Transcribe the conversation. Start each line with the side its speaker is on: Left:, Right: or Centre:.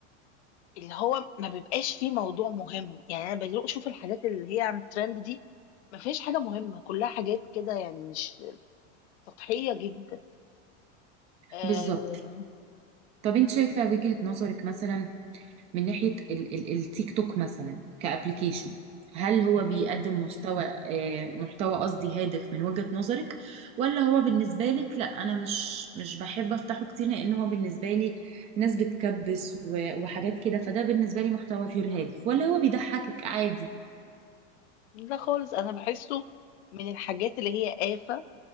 Left: اللي هو ما بيبقاش فيه موضوع مهم يعني انا بدي اشوف الحاجات اللي هي عن الترند دي ما فيهاش حاجة مهمة كلها حاجات كده يعني مش سطحية جدا آه...
Right: بالظبط طب انت شايفة وجهة نظرك مثلا من ناحية ال- ال- التيك توك مثلا كأبليكيشن هل هو بيقدم
Left: م-
Right: محتوى آه، محتوى قصدي هادف من وجهة نظرك ولا هو بالنسبة لك لا أنا مش مش بحب أفتحه كتير لأن هو بالنسبة لي ناس بتكبس و- وحاجات كده فده بالنسبة لي محتوى غير هادف ولا هو بيضحكك عادي
Left: لا خالص انا بحسه من الحاجات اللي هي آفة